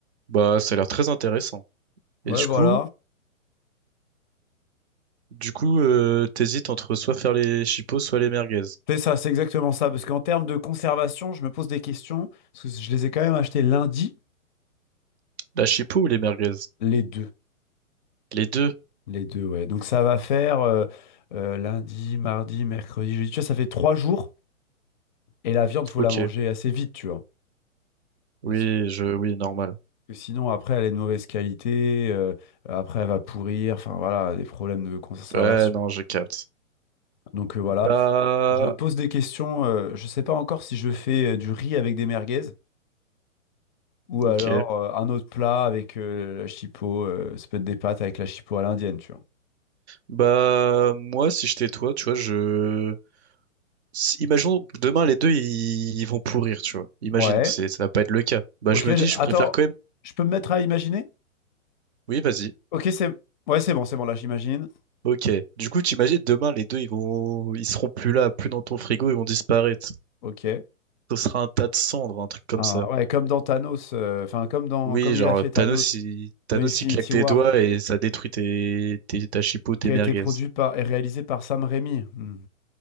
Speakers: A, on the right (about 50°); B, on the left (about 35°).
A: Bah, ça a l'air très intéressant.
B: Ouais,
A: Et du
B: voilà,
A: coup, du coup, euh, t'hésites entre soit faire les chipos soit les merguez.
B: C'est ça, c'est exactement ça. Parce qu'en termes de conservation, je me pose des questions. Parce que je les ai quand même achetés lundi,
A: La chipo ou les merguez?
B: les deux.
A: Les deux.
B: Les deux, ouais. Donc ça va faire euh, euh, lundi, mardi, mercredi, jeudi. Tu vois, ça fait trois jours. Et la viande, faut
A: Ok.
B: la manger assez vite, tu vois.
A: Oui,
B: Parce que
A: je, oui, normal.
B: que sinon, après, elle est de mauvaise qualité. euh, après, elle va pourrir. Enfin, voilà, des problèmes de conservation.
A: Ouais, non, je capte.
B: Donc euh, voilà.
A: Bah,
B: Je me pose des questions. euh, je sais pas encore si je fais euh, du riz avec des merguez. Ou
A: ok.
B: alors euh, un autre plat avec euh, la chipot, euh, ça peut être des pâtes avec la chipot à l'indienne, tu vois.
A: Bah, moi, si j'étais toi, tu vois, je... si- Imaginons que demain, les deux, ils, ils vont pourrir, tu vois. Imaginons,
B: Ouais.
A: c'est, ça va pas être le cas. Bah,
B: Ok,
A: je me
B: je-
A: dis, je
B: attends,
A: préfère quand même...
B: je peux me mettre à imaginer?
A: Oui, vas-y.
B: Ok, c'est ouais, c'est bon, c'est bon, là j'imagine.
A: Ok. Du coup, t'imagines, demain, les deux, ils vont... Ils seront plus là, plus dans ton frigo, ils vont disparaître.
B: Ok.
A: Ce sera un tas de cendres, un truc comme
B: Ah,
A: ça.
B: ouais, comme dans Thanos, euh, enfin comme dans
A: Oui,
B: comme
A: genre,
B: il a fait Thanos
A: Thanos, il, Thanos,
B: dans Infinity
A: il claque des
B: War,
A: doigts et ça détruit tes, tes, ta chipo, tes
B: qui a
A: merguez.
B: été produit par et réalisé par Sam Raimi. Hmm.